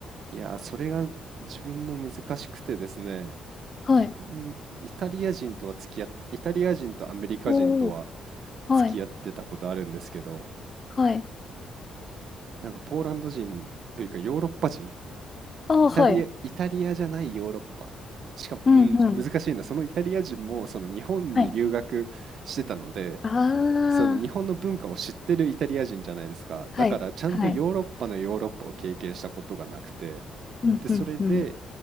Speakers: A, on the right; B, on the left.
A: いやーそれが自分も難しくてですね
B: はい。
A: 自分イタリア人とは付き合っイタリア人とアメリカ人とは
B: おお。はい。
A: 付き合ってたことあるんですけど
B: はい。
A: なんかポーランド人というかヨーロッパ人
B: ああ、
A: イタリア、
B: はい。
A: イタリアじゃないヨーロッパ。しかも、
B: うんうん。
A: うん、難しいな。そのイタリア人も、その日本に留学してたので、
B: はい。ああ、
A: その日本の文化を知ってるイタリア人じゃないですか。
B: はい。
A: だからちゃんとヨーロッパのヨーロッパを経験したことがなくて、
B: はい。うんうんうん。
A: で、それで